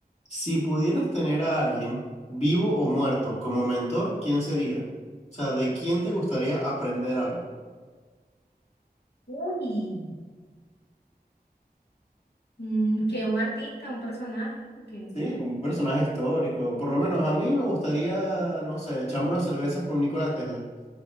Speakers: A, on the left; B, on the left.
A: Si pudieras tener a alguien vivo o muerto como mentor, ¿quién sería? O sea, ¿de quién te gustaría aprender algo?
B: Uy. Mm, que un artista, un personaje, que...
A: Sí, como un personaje histórico. Por lo menos a mí me gustaría, no sé, echarme unas cervezas con Nikola Tesla,